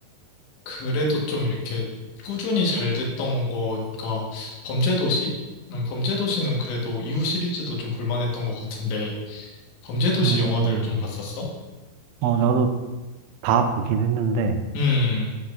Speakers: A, on the left; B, on the right.
A: 그래도 좀 이렇게 꾸준히 잘 됐던 거가 범죄도시? 음, 범죄도시는 그래도 이후 시리즈도 좀 볼만했던 것 같은데, 범죄도시
B: 음,
A: 영화들
B: 음.
A: 좀 봤었어?
B: 어, 나도 다 보긴 했는데
A: 음,